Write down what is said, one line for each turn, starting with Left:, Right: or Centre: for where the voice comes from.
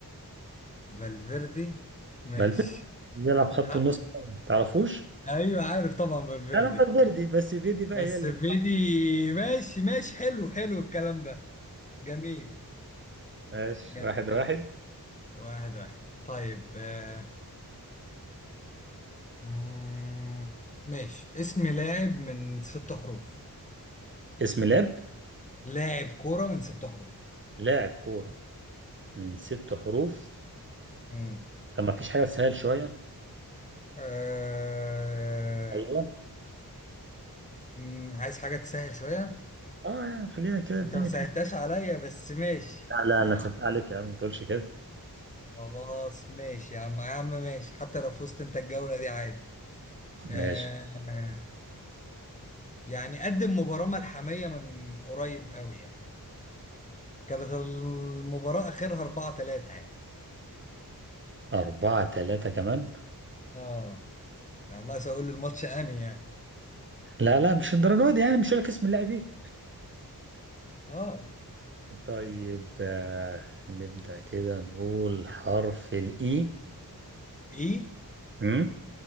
Left: فالفيردي ماشي
Right: فالفيردي بيلعب خط
Left: حق
Right: النص تعرفوش
Left: ايوه عارف طبعا فالفيردي
Right: انا فالفيردي بس فيدي بقى
Left: بس
Right: هي اللي
Left: فيدي ماشي ماشي حلو حلو الكلام ده جميل
Right: ماشي
Left: جميل
Right: واحد واحد
Left: واحد واحد طيب آه، مم، ماشي اسم لاعب من ست حروف
Right: اسم لاب
Left: لاعب كورة من ست حروف
Right: لاعب كورة من ست حروف
Left: مم.
Right: طب ما فيش حاجة سهل شوية
Left: آه...
Right: ايوه
Left: مم، عايز حاجة تسهل شوية
Right: اه يعني خلينا كده الدنيا
Left: انت ما سهلتهاش
Right: تك...
Left: عليا بس ماشي
Right: لا لا
Left: إيه،
Right: لا سبت عليك يا عم ما تقولش كده
Left: خلاص ماشي يا عم يا عم ماشي حتى لو فزت انت الجولة دي عادي آه
Right: ماشي
Left: يعني قدم مباراة ملحمية من قريب قوي يعني كانت المباراة اخرها 4 3 يعني
Right: أربعة تلاتة كمان
Left: اه انا ناقص اقول الماتش انهي يعني
Right: لا لا مش الدرجة دي يعني مش هقول لك اسم اللاعب ايه
Left: اه
Right: طيب آه نبدأ كده نقول حرف الإي
Left: ايه
Right: أمم،